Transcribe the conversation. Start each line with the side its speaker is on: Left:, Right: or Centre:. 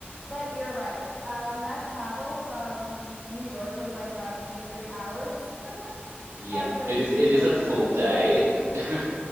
Centre: But you're right. Um, that travel from New York was like about 23 hours <laughs>
Right: yeah,
Centre: um, just
Right: it is
Centre: to get
Right: it
Centre: to
Right: is
Centre: Australia.
Right: a full day. <laughs>